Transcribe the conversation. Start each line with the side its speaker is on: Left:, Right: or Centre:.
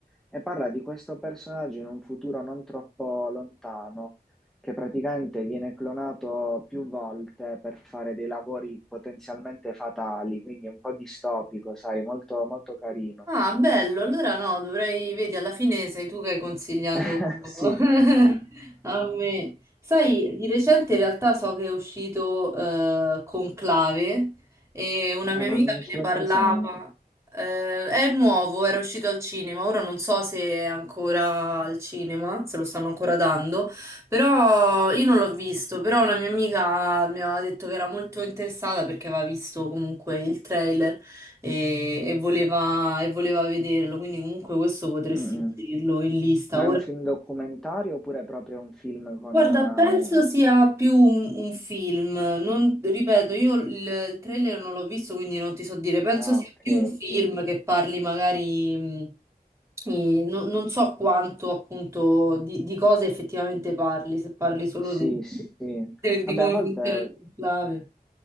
Centre: E parla di questo personaggio in un futuro non troppo lontano che praticamente viene clonato più volte per fare dei lavori potenzialmente fatali, quindi è un po' distopico, sai, molto, molto carino.
Right: Ah, bello, allora no, dovrei, vedi, alla fine sei tu che hai consigliato
Centre: <laughs>
Right: <laughs>
Centre: Sì.
Right: a me. Sai, di recente in realtà so che è uscito eh, Conclave e una
Centre: Ma
Right: mia
Centre: non,
Right: amica
Centre: non
Right: me
Centre: ce
Right: ne
Centre: l'ho
Right: parlava.
Centre: presente.
Right: Eh, è nuovo, era uscito al cinema, ora non so se è ancora al cinema, se lo stanno ancora dando, però io non l'ho visto, però una mia amica mi aveva detto che era molto interessata perché aveva visto comunque il trailer e, e voleva, e voleva vederlo, quindi comunque questo potresti
Centre: Mm-mm.
Right: inserirlo in lista.
Centre: Ma
Right: Ora,
Centre: è un film documentario oppure è proprio un film con...
Right: guarda,
Centre: eh,
Right: penso
Centre: un-
Right: sia più un, un film, non, ripeto, io il, il trailer non l'ho visto, quindi non ti so dire, penso
Centre: Ah,
Right: sia
Centre: ok,
Right: più un film
Centre: ok.
Right: che parli magari... mh, e non, non so quanto appunto di, di cosa effettivamente parli, se parli solo
Centre: Sì,
Right: di, <laughs>
Centre: sì.
Right: di
Centre: Vabbè,
Right: come
Centre: a volte...
Right: funziona il conclave.
Centre: eh,